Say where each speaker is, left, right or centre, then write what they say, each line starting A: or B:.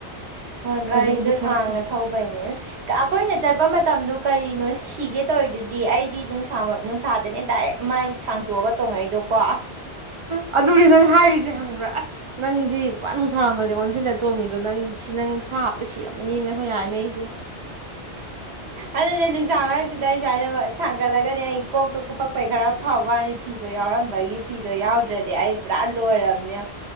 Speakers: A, on the right (about 75°); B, on the right (about 55°).
A: ꯍꯣꯏ ꯒꯥꯔꯤꯗꯣ
B: ꯍꯧꯖꯤꯛꯄꯨꯗꯤ ꯈꯔ
A: ꯁꯥꯡꯅ
B: ꯐꯔꯦ
A: ꯊꯧꯕꯩꯅꯦ ꯑ ꯑꯩꯈꯣꯏꯅ ꯆꯠꯄ ꯃꯇꯝꯗ ꯀꯔꯤꯅꯣ ꯁꯤꯤꯒꯦ ꯇ ꯑꯣꯏꯗꯨꯗꯤ ꯗꯤ ꯑꯩꯗꯤ ꯅꯨꯡꯁꯥ ꯅꯨꯡꯁꯥꯗꯅꯦ ꯗꯥꯏꯔꯦꯛ ꯃꯥꯏꯁꯦ ꯊꯥꯡꯇꯣꯛꯑꯒ ꯇꯣꯡꯉꯛꯏꯗꯣꯀꯣ
B: ꯑꯗꯨꯅꯤ ꯅꯪ ꯍꯥꯏꯔꯤꯁꯦ ꯍꯪꯕ꯭ꯔꯥ ꯑꯁ ꯅꯪꯗꯤ ꯄꯨꯔꯥ ꯅꯨꯡꯁꯥꯔꯥꯎꯅꯗꯦ ꯑꯣꯟꯁꯤꯜꯂꯒ ꯇꯣꯡꯉꯤꯗꯣ ꯅꯪ ꯁꯤ ꯅꯪ ꯁꯥꯞꯕꯇ ꯁꯤꯔ ꯑꯃꯅꯤꯅ ꯑꯩꯈꯣꯏ ꯍꯥꯏꯅ ꯑꯩꯁꯦ
A: ꯑꯗꯨꯅꯦ ꯅꯨꯡꯁꯥꯡ ꯉꯇꯨꯗ ꯑꯩꯁꯨꯥꯏꯅ ꯊꯥꯡꯒꯠꯂꯒꯅꯦ ꯑꯩ ꯀꯣꯛꯇ ꯀꯨꯞꯄꯛꯄꯩ ꯈꯔ ꯐꯥꯎꯕꯅꯤ ꯐꯤꯗ ꯤꯗꯣ ꯌꯥꯎꯔꯝꯕꯒꯤ ꯐꯤꯗꯣ ꯌꯥꯎꯗ꯭ꯔꯗꯤ ꯑꯩ ꯄꯨꯔꯥ ꯂꯣꯏꯔꯕꯝꯅꯦ